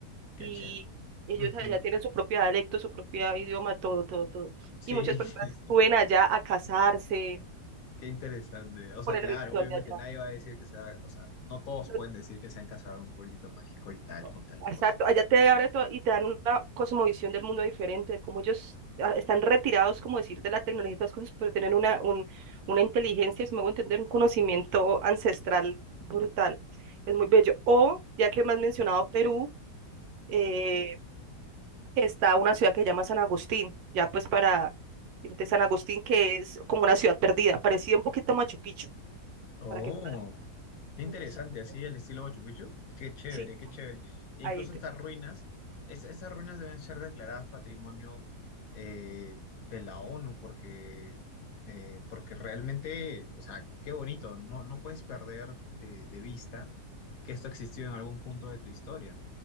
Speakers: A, on the left; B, on the right.
A: Qué
B: y
A: chévere.
B: ellos
A: Ujú,
B: allá tienen su propio dialecto, su propio idioma, todo, todo, todo.
A: Sí,
B: Y muchas personas
A: <laughs>
B: suben allá a casarse
A: qué interesante. O sea,
B: por el
A: claro,
B: ritual
A: obviamente
B: de allá.
A: nadie va a decir que sea, o sea, no todos
B: No,
A: pueden decir que se han casado en un pueblito mágico y tal,
B: no,
A: con tales
B: Exacto,
A: cosas.
B: allá te abre todo y te dan una cosmovisión del mundo diferente, de cómo ellos ah, están retirados, como decir, de la tecnología y todas las cosas, pero tienen una, un, una inteligencia, si me hago entender, un conocimiento ancestral brutal. Es muy bello. O, ya que me has mencionado Perú, eh, está una ciudad que se llama San Agustín, ya pues para irte a San Agustín, que es como una ciudad perdida, parecía un poquito a Machu Picchu,
A: Oh,
B: para que
A: qué interesante,
B: Entonces,
A: así
B: bueno,
A: al estilo Machu Picchu. Qué chévere,
B: sí,
A: qué chévere. E
B: ahí
A: incluso
B: te
A: estas ruinas, es- estas ruinas deben ser declaradas patrimonio eh, de la ONU porque, eh, porque realmente, o sea, qué bonito. No, no puedes perder de, de vista que esto existió en algún punto de tu historia.